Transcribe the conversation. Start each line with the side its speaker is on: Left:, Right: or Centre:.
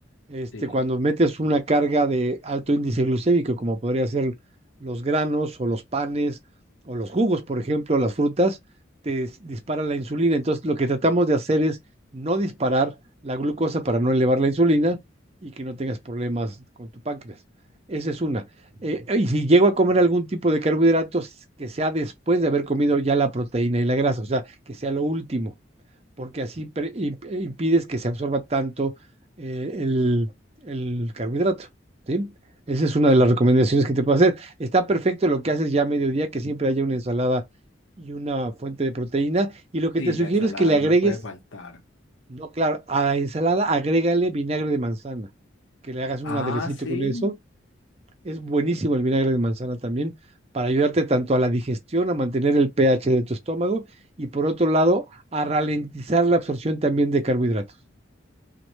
Right: este,
Left: Sí,
Right: cuando metes una carga de alto índice glucémico, como podría ser los granos o los panes o los jugos, por ejemplo, las frutas, te dis- dispara la insulina. Entonces, lo que tratamos de hacer es no disparar la glucosa para no elevar la insulina y que no tengas problemas con tu páncreas. Esa es una. Eh, y si llego a comer algún tipo de carbohidratos, que sea después de haber comido ya la proteína y la grasa, o sea, que sea lo último, porque así pre- imp- eh, impides que se absorba tanto eh, el, el carbohidrato, ¿sí? Esa es una de las recomendaciones que te puedo hacer. Está perfecto lo que haces ya a mediodía, que siempre haya una ensalada y una fuente de proteína. Y lo que
Left: sí,
Right: te sugiero
Left: la ensalada
Right: es que le
Left: no
Right: agregues,
Left: me puede faltar.
Right: no, claro, a la ensalada agrégale vinagre de manzana, que le hagas un
Left: Ah,
Right: aderecito
Left: sí.
Right: con eso es buenísimo el vinagre de manzana también para ayudarte tanto a la digestión, a mantener el pH de tu estómago y por otro lado, a ralentizar la absorción también de carbohidratos.